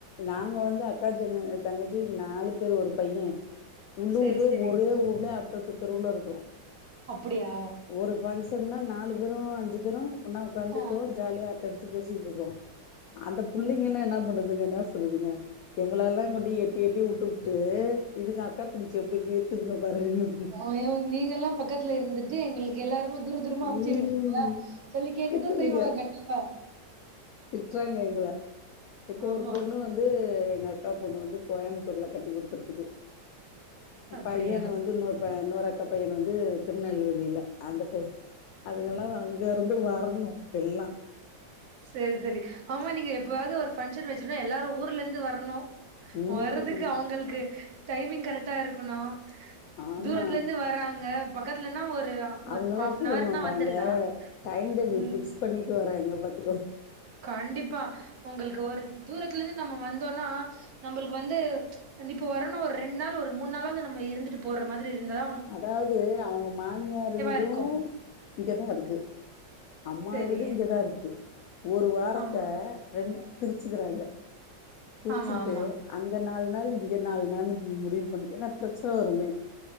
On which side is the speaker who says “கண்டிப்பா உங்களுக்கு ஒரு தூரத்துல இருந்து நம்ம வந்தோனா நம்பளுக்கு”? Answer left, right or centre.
Right